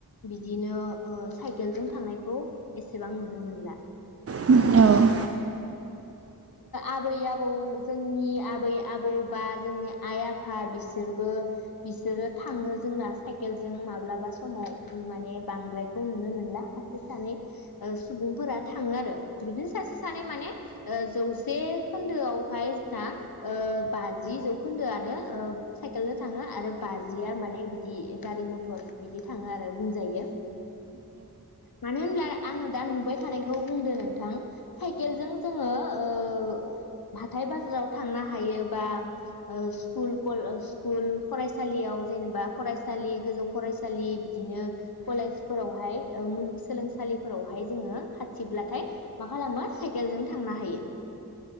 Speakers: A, on the left; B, on the right.
A: बिदिनो ओ साइकेलजों थांनायखौ एसेबां नुनो मोनला।
B: औ नंगौ औ नंगौ औ
A: आबै आबौ जोंनि आबै आबौ बा जोंनि आइ आफा बिसोरबो बिसोरो थाङो जोंना साइकेलजों माब्लाबा समाव माने बांद्रायखौ नुनो मोनला सासे सानै सुबुंफोरा थाङो आरो बिदिनो सासे सानै माने ओ जौ से खोन्दोआवहाय जोंना बाजि जौखोन्दोआनो साइकेलो थाङो आरो बाजिया माने बिदि गारि मथर बिदि थाङो आरो बुंजायो। मानो होनब्ला आङो दा नुबाय थानायखौ बुंदो नोंथां साइकेलजों जोङो ओ हाथाय बाजाराव थांनो हायो बा स्कुल कल स्कुल फरायसालियाव जेनेबा फरायसालि गोजौ फरायसालि बिदिनो कलेजफोरावहाय मुलुगसोलोंसालिफोरावहाय जोङो खाथिब्लाथाय मा खालामो साइकेलजों थांनो हायो।